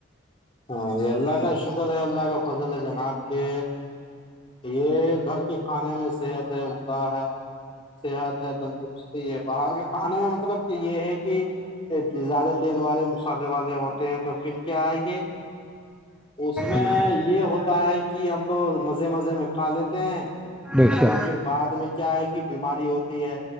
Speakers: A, on the left (about 25°); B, in the centre.
A: ہاں اللگ شکر اللہگ فضلہ جنا آپ- کہ یہ گھر کے کھانے میں صحت ہے عمدہ ہے صحت ہے تندرستی ہے باہر کے کھانے میں مطلب مطلب کہ یہ ہے کہ زیادہ تیل والے مسالے والے ہوتے ہیں تو پھر کیا آئے گے اس میں
B: بالکل
A: یہ ہوتا ہے کہ کہ ہم تو مزے مزے میں کھا لیتے ہیں
B: بے
A: لیکن
B: شک
A: پھر بعد میں کیا ہے کہ بیماری ہوتی ہے